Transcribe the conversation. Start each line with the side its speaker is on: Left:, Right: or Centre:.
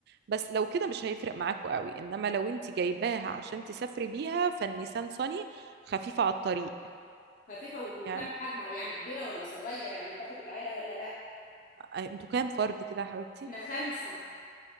Right: بس لو كده مش هيفرق معاكوا قوي انما لو انت جايباها عشان تسافري بيها فالنيسان صني خفيفه على الطريق
Left: خفيفة و- وكم
Right: يعني
Left: حجمها يعني كبيرة ولا صغير يعني تاخد العيلة ولا لا
Right: انتوا كام فرد كده يا حبيبتي
Left: احنا خمسة